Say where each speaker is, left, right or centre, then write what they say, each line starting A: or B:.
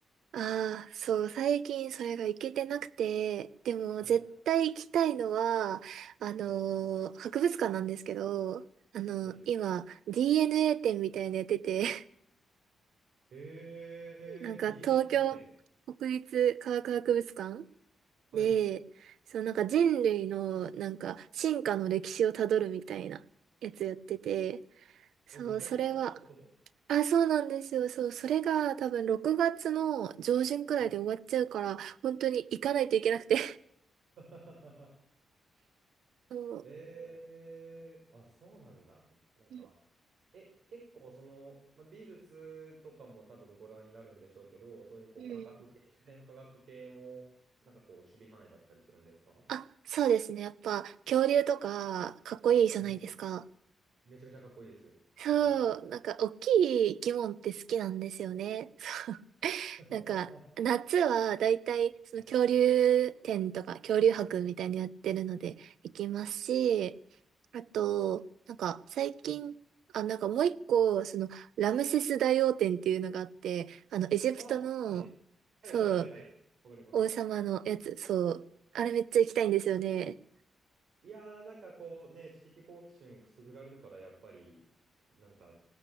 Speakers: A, on the right; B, on the right.
A: ああ、そう、最近それが行けてなくて、でも絶対行きたいのは、
B: はいはい
A: あのー博物館なんですけど、
B: はい。
A: あの今、
B: はい。
A: DNA 展みたいなのやってて、
B: へえ、
A: <laughs> なんか東京
B: DNA 店。
A: 国立科学博物館
B: はい。
A: で、そのなんか人類のなんか進化の歴史をたどるみたいなやつやってて、そう、
B: え、めちゃくちゃ面白そ
A: それは、あ、そうなんですよ。そう、それが多分6月の上旬くらいで終わっちゃうから、
B: う。
A: 本当に行かないといけなくて
B: <laughs>
A: そう。
B: ええあ、そうなんだ。なんか、
A: うん。
B: え、結構その、まあ、美術とかも多分ご覧になるんでしょうけど、そういうこう科学系、
A: うん
B: 自然科学系も、なんかこう、守備範囲だったりするんですか
A: あ、そうですね。やっぱ恐竜とかかっこいいじゃないですか。
B: はい。めちゃくちゃかっこいいです。
A: そう、
B: わかります。
A: なんか大きい生き物って好きなんですよね。そう、
B: <laughs>
A: なんか夏はだいたいその恐竜展とか恐竜博みたいにやってるので行きますし、
B: はい
A: あと、なんか最近、あ、なんかもう一個、そのラムセス大王展っていうのがあって、あのエジプトの、
B: あ、はい。はいはいはいはい。
A: そう、
B: わかります。
A: 王様のやつ、そう。あれめっちゃ行きたいんですよね。
B: いやー、なんかこうね、知的好奇心くすぐられるから、やっぱり、なんか、